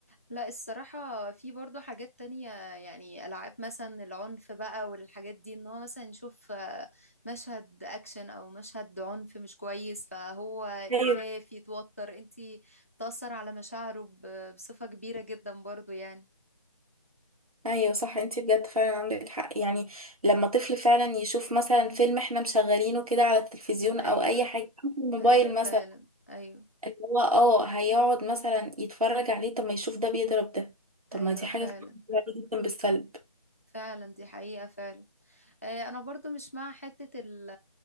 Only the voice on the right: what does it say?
ايوه
ايوه صح انت بجد فعلا عندك حق يعني لما طفل فعلا يشوف مثلا فيلم احنا مشغلينه كده على التلفزيون
او اي حاجه أو في الموبايل
مثلا
اللي هو اه هيقعد مثلا يتفرج عليه طب ما يشوف ده بيضرب ده طب
ما دي
حاجه فعلا جدا بالسلب